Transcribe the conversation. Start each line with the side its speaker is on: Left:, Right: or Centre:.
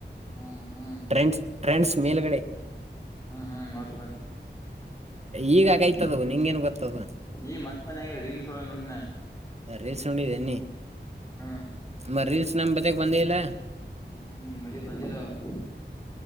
Left: ಹ್ಮ್ ಹ್ಮ್
Right: ಟ್ರೆಂಡ್ಸ್ ಟ್ರೆಂಡಸ್ ಮೇಲ್ಗಡೆ
Left: ಹ್ಮ್ ಹ್ಮ್ ಗೊತ್ತ ಗೊತ್ತ
Right: ಈಗ ಆಗೈತಿ ಅದು ನಿಂಗ ಏನ್ ಗೊತ್ತದ.
Left: ಈ ಮನ್ನೀ ಮನ್ನಿ ಆಗ್ಯದ ರೀಲ್ಸ್ ವೋಲಗ ನೋಡಿನ ನಾ
Right: ರೀಲ್ಸ್ ನೋಡಿದ್ದೇನ ನೀ
Left: ಹ್ಮ್
Right: ಮ ರೀಲ್ಸ್ ನಮ ಬಳಿ ಬಂದೇ ಇಲ್ಲ.
Left: ಹೂ ನಿಮ್ಮ ಬಳ್ಳಿಗ ಬಂದಿಲ್ಲ ಅವ